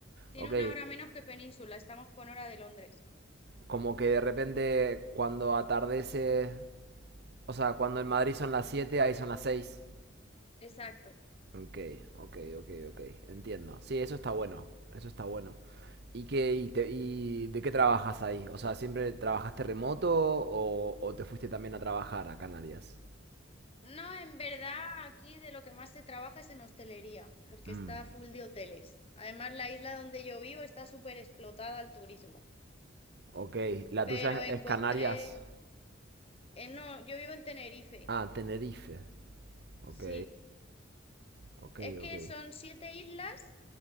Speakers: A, on the left (about 30°); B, on the right (about 55°).
A: Tiene
B: Ok.
A: una hora menos que Península, estamos con hora de Londres.
B: Como que de repente cuando atardece... O sea, cuando en Madrid son las 7 ahí son las 6.
A: Exacto.
B: Ok, ok, ok, ok. Entiendo. Sí, eso está bueno. Eso está bueno. ¿Y, qué, y, te- y de qué trabajas ahí? O sea, ¿siempre trabajaste remoto o, o te fuiste también a trabajar a Canarias?
A: No, en verdad, aquí de lo que más se trabaja es en hostelería, porque
B: Mm,
A: está full de hoteles. Además, la isla donde yo vivo está súper explotada al turismo.
B: ok. ¿La
A: Pero
B: tuya
A: encontré,
B: es es Canarias?
A: eh, no, yo vivo en Tenerife,
B: Ah, Tenerife. Ok,
A: sí.
B: ok,
A: Es que
B: ok.
A: son siete islas